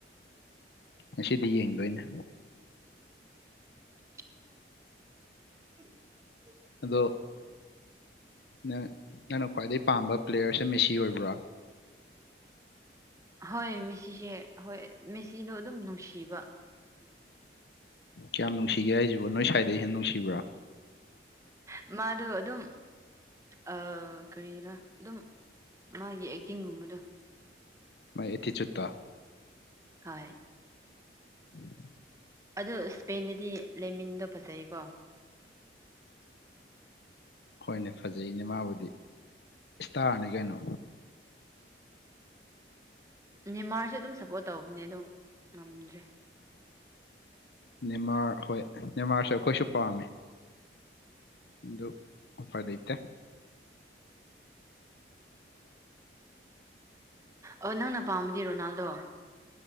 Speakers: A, on the left; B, on the right.
A: ꯉꯁꯤꯗꯤ ꯌꯦꯡꯗꯣꯏꯅꯦ
B: ꯀ <unintelligible>
A: ꯑꯗꯣ ꯅꯪ ꯅꯪꯅ ꯈ꯭ꯋꯥꯏꯗꯩ ꯄꯥꯝꯕ ꯄ꯭ꯂꯦꯌꯔꯁꯦ ꯃꯦꯁꯤ ꯑꯣꯏꯕ꯭ꯔꯣ
B: ꯍꯣꯏ ꯃꯦꯁꯤꯁꯦ ꯍꯣꯏ ꯃꯦꯁꯤꯗꯣ ꯑꯗꯨꯝ ꯅꯨꯡꯁꯤꯕ
A: ꯀꯌꯥꯝ ꯅꯨꯡꯁꯤꯒꯦ ꯍꯥꯏꯁꯤꯕꯣ ꯅꯣꯏ ꯁ꯭ꯏꯗꯩ ꯍꯦꯟꯅ ꯅꯨꯡꯁꯤꯕ꯭ꯔꯣ
B: ꯃꯥꯗꯣ ꯑꯗꯨꯝ ꯑꯥ ꯀꯔꯤꯔꯥ ꯑꯗꯨꯝ ꯃꯥꯒꯤ ꯑꯦꯛꯇꯤꯡꯒꯨꯝꯕꯗꯣ
A: ꯃꯏ ꯑꯦꯇꯤꯆꯨꯠꯇꯣ
B: ꯍꯣꯏ
A: ꯎꯝ <inaudible>
B: ꯑꯗꯣ ꯏꯁꯄꯦꯟꯗꯗꯤ ꯂꯦꯃꯤꯟꯗꯣ ꯐꯖꯩꯀꯣ
A: ꯍꯣꯏꯅꯦ ꯐꯖꯩꯅꯦ ꯃꯕꯨꯗꯤ ꯏꯁꯇꯥꯔꯅꯤ ꯀꯩꯅꯣ
B: ꯃꯦꯝꯃꯥꯔꯁꯨ ꯑꯗꯨꯝ ꯁꯞꯄꯣꯔꯠ ꯇꯧꯕꯅꯦ ꯑꯗꯨꯝ ꯉꯝꯗ꯭ꯔꯦ
A: ꯅꯦꯃꯥꯔ ꯍꯣꯏ ꯅꯦꯃꯥꯔꯁꯨ ꯑꯩꯈꯣꯏꯁꯨ ꯄꯝꯃꯦ ꯑꯗꯨ ꯎꯄꯏ ꯂꯩꯇꯦ
B: ꯑꯣ ꯅꯪꯅ ꯄꯥꯝꯕꯗꯤ ꯔꯣꯅꯜꯗꯣ